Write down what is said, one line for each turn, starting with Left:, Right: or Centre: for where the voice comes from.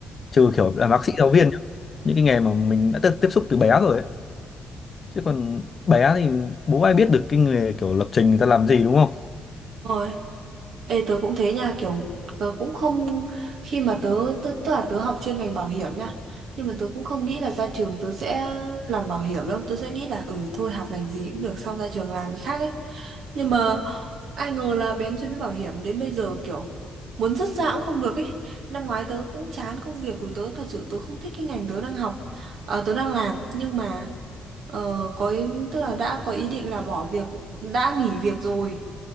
Left: trừ kiểu làm bác sĩ giáo viên nhá những cái nghề mà mình đã tiếp tiếp xúc từ bé rồi ấy chứ còn bé thì bố ai biết được cái nghề kiểu lập trình người ta làm gì đúng không
Right: Rồi. Ê tớ cũng thế nha kiểu tớ cũng không khi mà tớ tớ tức là tớ học chuyên ngành bảo hiểm nha nhưng mà tớ cũng không nghĩ là ra trường tớ sẽ làm bảo hiểm đâu tớ sẽ nghĩ là ừ thôi học ngành gì cũng được xong ra trường làm cái khác ấy nhưng mà ai ngờ là bén chuyên đến bảo hiểm đến bây giờ kiểu muốn dứt ra cũng không được ấy năm ngoái tớ cũng chán công việc của tớ thật sự tớ không thích cái ngành tớ đang học à, tớ đang làm nhưng mà ờ, có ý, tức là đã có ý định là bỏ việc đã nghỉ việc rồi